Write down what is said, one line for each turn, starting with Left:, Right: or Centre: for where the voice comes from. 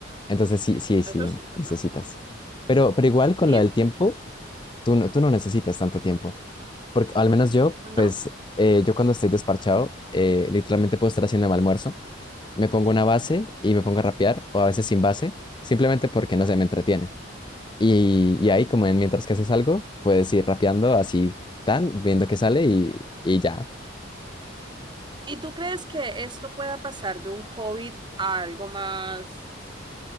Left: Entonces, sí, sí, sí,
Right: Eso sí, ¿verdad?
Left: necesitas. Pero, pero igual con
Right: Y,
Left: lo del tiempo, tú no, tú no necesitas tanto tiempo. Porque al menos yo,
Right: ¿no?
Left: pues, eh, yo cuando estoy desparchado, eh, literalmente puedo estar haciendo mi almuerzo, me pongo una base y me pongo a rapear, o a veces sin base, simplemente porque no se me entretiene. Y, y ahí, como en mientras que haces algo, puedes ir rapeando así, tan, viendo qué sale y, y ya.
Right: ¿Y tú crees que esto pueda pasar de un hobbit a algo más,